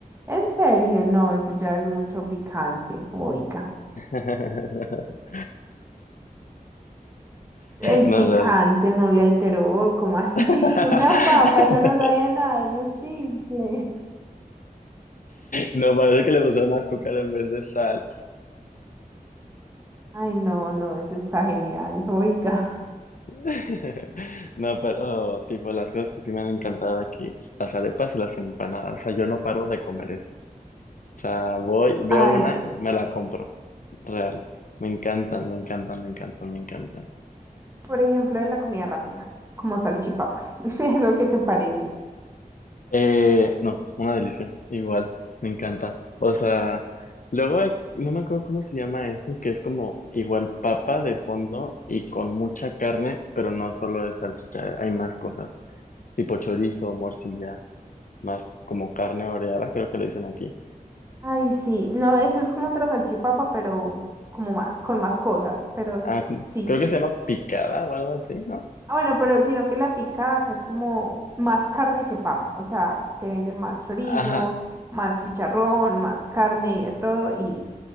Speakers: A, on the right; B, on the left.
A: En serio, no, eso ya es mucho picante, oiga.
B: <laughs>
A: El
B: No
A: picante
B: es real.
A: no le alteró, como así?
B: <laughs>
A: <laughs> Una papa, eso no sabía nada, eso es simple.
B: No, parece que le pusieron azúcar en vez de sal.
A: Ay, no, no, eso está genial, <laughs> oiga.
B: <laughs> No, pero tipo las cosas que sí me han encantado aquí, las arepas y las empanadas, o sea, yo no paro de comer eso. O sea, voy, veo
A: Ay,
B: una y me la compro, real. Me encantan, me encantan, me encantan, me encantan.
A: por ejemplo, de la comida rápida, como salchipapas. <laughs> ¿Eso qué te parece?
B: Eh, no, una delicia, igual, me encanta. O sea, luego hay- no me acuerdo cómo se llama eso, que es como igual papa de fondo y con mucha carne, pero no solo es salchicha, hay más cosas, tipo chorizo, morcilla. más como carne oreada, creo que le dicen aquí.
A: Ay, sí, no, eso es como otra salchipapa, pero como más, con más cosas, pero
B: Ah, como-
A: sí.
B: creo que se llama picada o algo así, ¿no?
A: Ah, bueno, pero sino que la pica acá es como más carne que papa, o sea, te venden más chorizo,
B: Ajá,
A: más chicharrón, más carne y de todo, y